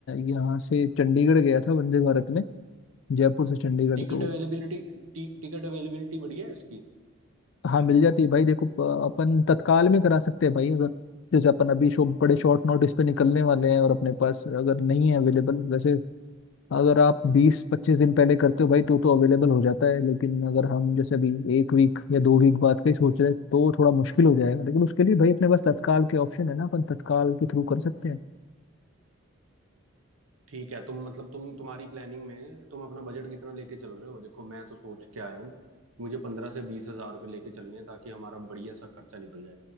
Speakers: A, on the left; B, on the right.
A: यहाँ से चंडीगढ़ गया था वंदे भारत में जयपुर से चंडीगढ़
B: टिकट
A: तो
B: अवेलेबिलिटी टिकट अवेलेबिलिटी बढ़िया है इसकी
A: हाँ मिल जाती है भाई देखो प- अपन तत्काल में करा सकते हैं भाई अगर जैसे अपन अभी शो बड़े शॉर्ट नोटिस पे निकलने वाले हैं और अपने पास अगर नहीं है अवेलेबल वैसे अगर आप बीस पच्चीस दिन पहले करते हो भाई तो तो अवेलेबल हो जाता है लेकिन अगर हम जैसे अभी एक वीक या दो वीक बाद का ही सोच रहे हैं तो थोड़ा मुश्किल हो जाएगा लेकिन उसके लिए भाई अपने पास तत्काल के ऑप्शन है ना अपन तत्काल के थ्रू कर सकते हैं
B: ठीक है तुम मतलब तुम तुम्हारी प्लानिंग में तुम अपना बजट कितना लेके चल रहे हो देखो मैं तो सोच के आया हूँ मुझे पंद्रह से बीस हजार रुपये लेके चलने हैं ताकि हमारा बढ़िया सा खर्चा निकल जाए